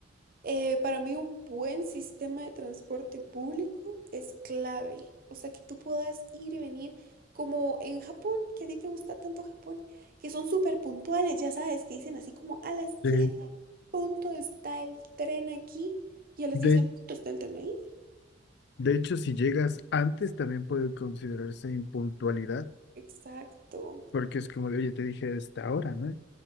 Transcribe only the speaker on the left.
Sí.
De
De hecho, si llegas antes, también puede considerarse impuntualidad,
porque es como de, oye, te dije a esta hora, ¿no?